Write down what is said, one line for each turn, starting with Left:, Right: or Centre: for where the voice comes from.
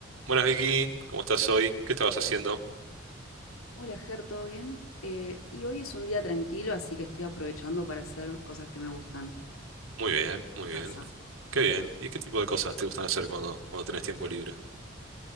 Right: Buenas Vicky, ¿cómo estás hoy? ¿Qué estabas haciendo?
Left: Hola, Ger, ¿todo bien? Eh, y hoy es un día tranquilo, así que estoy aprovechando para hacer cosas que me gustan
Right: Muy bien, muy
Left: en casa.
Right: bien. Qué bien. ¿Y qué tipo de cosas te gustan hacer cuando, cuando tenés tiempo libre?